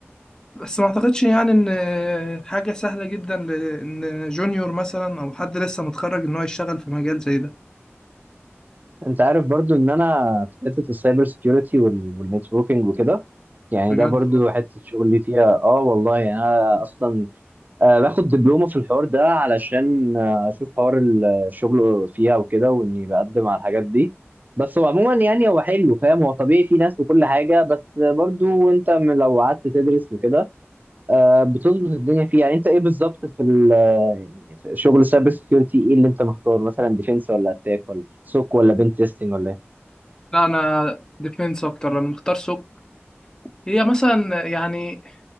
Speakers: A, on the left; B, on the right.
A: بس ما اعتقدش يعني ان حاجة سهلة جدا لان جونيور مثلا او حد لسه متخرج ان هو يشتغل في مجال زي ده
B: انت عارف برضو ان انا في حته السايبر سيكيورتي والنتوركينج وكده يعني
A: بجد
B: ده برضو
A: والله.
B: حته شغلي فيها اه والله يعني انا اصلا آه باخد دبلومه في الحوار ده علشان آه اشوف حوار الشغل فيها وكده واني بقدم على الحاجات دي بس هو عموما يعني هو حلو فاهم هو طبيعي في ناس وكل حاجه بس برضو انت م- لو قعدت تدرس وكده آه بتظبط الدنيا فيها يعني انت ايه بالظبط في ال- يعني في شغل السايبر سيكيورتي ايه اللي انت مختار مثلا ديفنس ولا اتاك ولا سوك ولا بنت تيستنج ولا ايه
A: لا انا ديفينس اكتر انا مختار سوق هي مثلا يعني